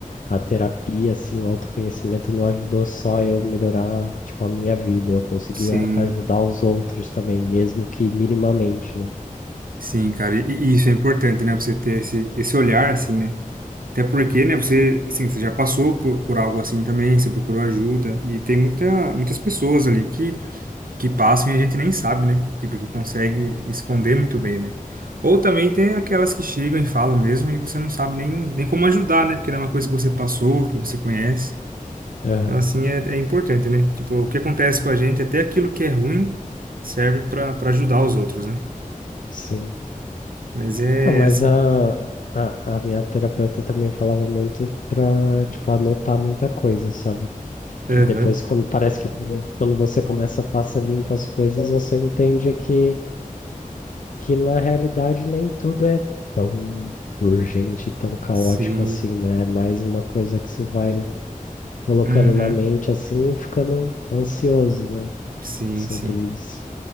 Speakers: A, on the left; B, on the right.
A: a terapia, assim, o autoconhecimento não ajudou só eu melhorar, tipo, a minha vida. Eu conseguia
B: sim,
A: ajudar os outros também, mesmo que minimamente, né?
B: sim, cara. E, e isso é importante, né? Você ter esse, esse olhar, assim, né? Até porque, né? Você, assim, você já passou por, por algo assim também, você procurou ajuda. E tem muita, muitas pessoas ali que que passam e a gente nem sabe, né? Tipo, que consegue esconder muito bem, né? Ou também tem aquelas que chegam e falam mesmo e você não sabe nem, nem como ajudar, né? Porque não é uma coisa que você passou, que você conhece.
A: Aham,
B: Então, assim, é, é importante, né? Tipo, o que acontece com a gente, até aquilo que é ruim, serve para para ajudar os outros, né?
A: sim.
B: Mas é,
A: Ah, mas
B: é assim.
A: a, a, a minha terapeuta também falava muito pra, tipo, anotar muita coisa, sabe?
B: Aham.
A: Que depois, quando parece que quando quando você começa a passar limpo as coisas, você entende que, que na realidade nem tudo é tão urgente, tão caótico
B: Sim.
A: assim, né? É mais uma coisa que você vai colocando
B: Uhum.
A: na mente assim e ficando ansioso, né?
B: Sim,
A: Sobre
B: sim.
A: isso.